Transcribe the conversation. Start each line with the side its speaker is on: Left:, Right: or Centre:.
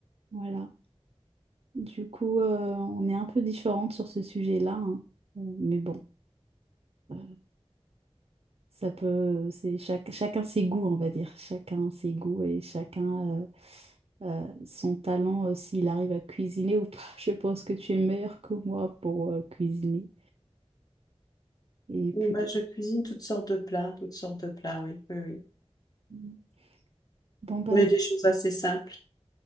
Right: Voilà. Du coup, euh, on est un peu différentes sur ce sujet-là, hein. Mais bon, euh, ça peut, c'est chaque, chacun ses goûts, on va dire. Chacun ses goûts et chacun euh, euh, son talent, euh, s'il arrive à cuisiner ou pas. <laughs> Je pense que tu es meilleur que moi pour euh, cuisiner. Et puis
Left: Oui, moi, je cuisine toutes sortes de plats, toutes sortes de plats, oui, oui, oui.
Right: Mm. Bon, bah,
Left: Mais des choses assez simples.